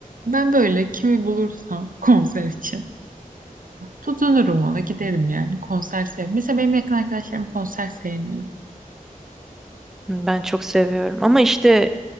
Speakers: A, on the right (about 70°); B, in the centre.
A: Ben böyle kimi bulursam <laughs> konser için tutunurum ona giderim yani konser sev. Mesela benim yakın arkadaşlarım konser sevmiyor.
B: Hı, Ben çok seviyorum. Ama işte